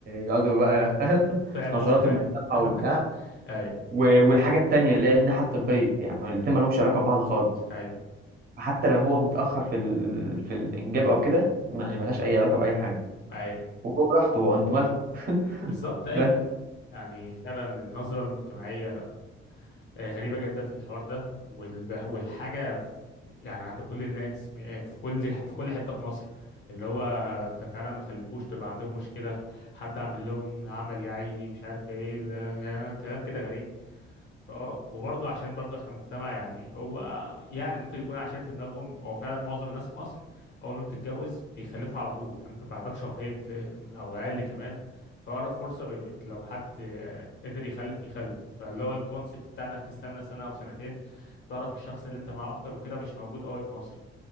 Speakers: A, on the right; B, on the left.
A: يقعدوا بقى فاهم
B: فاهم
A: <laughs> نظرات
B: قصدك
A: المجتمع
B: ايوه <laughs>
A: وبتاع
B: ايوه
A: و- والحاجه التانيه اللي هي الناحيه الطبيه يعني الاتنين ما لهمش علاقه ببعض خالص
B: ايوه
A: حتى لو هو متاخر في ال... في الانجاب او كده يعني ملهاش اي علاقه باي حاجه
B: ايوه
A: وهو براحته هو انتوا مالكم <laughs>
B: بالظبط ايوه
A: بس
B: يعني فعلا النظرة المجتمعية آه، غريبة جدا في الحوار ده وال- والحاجة في يعني عند كل الناس يعني في كل في كل حتة في مصر اللي هو ده فعلا ما خلفوش طلعوا عندهم مشكلة حد عامل لهم عمل يا عيني مش عارف ايه ال- يعني كلام كده غريب فاه وبرضه عشان برضه احنا مجتمع يعني هو يعني ممكن يكون عشان في دماغهم هو فعلا معظم الناس في مصر اول ما بتتجوز بيخلفوا على طول يعني ممكن بعدها بشهرين ت- او اقل كمان فأقرب فرصة بي... لو حد قدر يخلف بيخلف فاللي هو الكونسيبت بتاع انك تستنى سنة او سنتين تعرف الشخص اللي انت معاه اكتر وكده مش موجود قوي في مصر